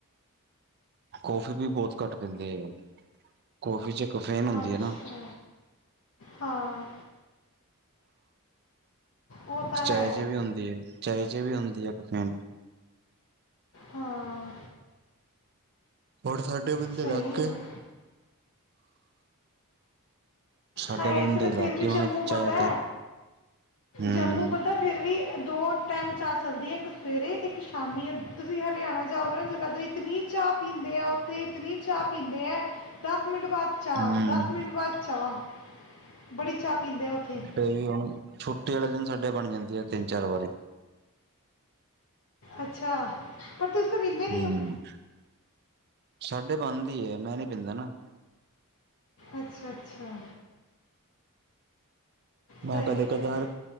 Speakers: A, on the right; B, on the left.
A: ਕੌਫੀ ਵੀ ਬੋਤ ਘੱਟ ਪੀਂਦੇ ਐ, ਕੌਫੀ 'ਚ ਕਫੇਨ ਹੁੰਦੀ
B: ਅੱਛਾ
A: ਏ ਨਾ।
B: ਹਾਂ। ਉਹ ਤਾਂ
A: ਚਾਏ
B: ਹੈ
A: 'ਚ ਵੀ ਹੁੰਦੀ ਏ, ਚਾਏ 'ਚ ਵੀ ਹੁੰਦੀ ਐ ਕਫੇਨ।
B: ਹਾਂ।
A: ਹੋਰ ਸਾਡੇ ਬਿਲ
B: ਸਹੀ
A: 'ਤੇ ਲਾ ਕੇ
B: ਹੈ।
A: ਸਾਡੇ
B: ਹਾਏ
A: ਬੰਦੇ
B: ਐਥੇ ਤਾਂ
A: ਲੱਗ
B: ਫਿਰ ਵੀ
A: ਗਏ ਹੁਣ
B: ਜੰਮੂ
A: ਚਾਏ
B: ਪਤੈ,
A: ਤੇ ਹਮ
B: ਜੰਮੂ ਪਤਾ ਫਿਰ ਵੀ ਦੋ ਟੈਮ ਚਾ ਚੱਲਦੀ ਏ ਇੱਕ ਸਵੇਰੇ, ਇੱਕ ਸ਼ਾਮੀ ਤੁਸੀਂ ਹਰਿਆਣਾ ਜਾਓਗੇ ਨਾ ਜਗਾਦਰੀ ਇਤਨੀ ਚਾ ਪੀਂਦੇ ਐ ਉੱਥੇ, ਇਤਨੀ ਚਾ ਪੀਂਦੇ ਐ ਦਸ ਮਿੰਟ ਬਾਅਦ ਚਾ
A: ਹਮ
B: ਦਸ ਬਾ ਚਾ, ਬੜੀ ਚਾ ਪੀਂਦੇ ਐ ਉੱਥੇ।
A: ਟੇਹੀ ਹੁਣ ਛੁੱਟੀ ਆਲੇ ਦਿਨ ਸਾਡੇ ਬਣ ਜਾਂਦੀ ਆ ਤਿੰਨ-ਚਾਰ ਵਾਰੀ।
B: ਅੱਛਾ ਪਰ ਤੁਸੀਂ ਤਾਂ ਪੀਂਦੇ ਨੀ
A: ਹਮ
B: ਓ।
A: ਸਾਡੇ ਬਣਦੀ ਐ ਮੈਂ ਨੀ ਪੀਂਦਾ ਨਾ।
B: ਅੱਛਾ-ਅੱਛਾ।
A: ਮੈਂ
B: ਸਹੀ
A: ਕਦੇ ਕਦਾਰ
B: ਹੈ